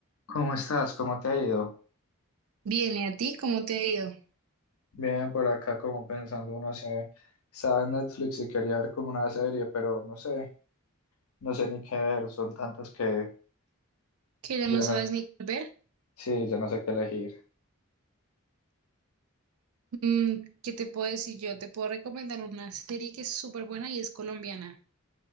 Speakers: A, on the left; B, on the right.
A: ¿Cómo estás? ¿Cómo te ha ido?
B: Viene a ti, cómo te ha ido
A: Bien, por acá como pensando, no sé, estaba en Netflix y quería ver como una serie, pero no sé, no sé ni qué ver, son tantas que
B: que ya
A: ya
B: no sabes
A: no,
B: ni qué ver.
A: sí, ya no sé qué elegir.
B: Mm, ¿qué te puedo decir yo? Te puedo recomendar una serie que es súper buena y es colombiana.